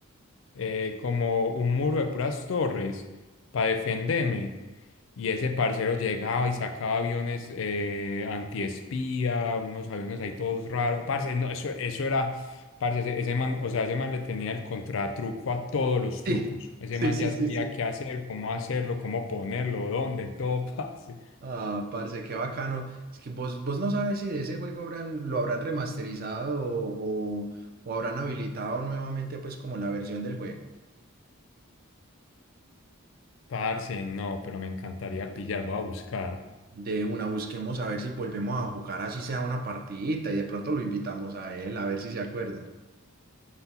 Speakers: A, on the left; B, on the right.
A: eh, como un muro de puras torres para defenderme. Y ese parcero llegaba y sacaba aviones eh, antiespía, unos aviones ahí todos raros. Parce, no, eso, eso era, parce, ese, ese man, o sea, ese man le tenía el contratruco a todos los
B: Sí,
A: trucos. Ese
B: sí,
A: man
B: sí,
A: ya
B: sí,
A: sabía
B: sí.
A: qué hacer, cómo hacerlo, cómo ponerlo, dónde, todo, <laughs> parce.
B: Ah, parce, qué bacano. Es que vos, vos no sabes si de ese juego habrán, lo habrán remasterizado o, o o habrán habilitado nuevamente, pues, como la versión del juego.
A: Parce, no, pero me encantaría pillar, voy a buscar.
B: De una, busquemos a ver si volvemos a jugar así sea una partidita y de pronto lo invitamos a él a ver si se acuerda.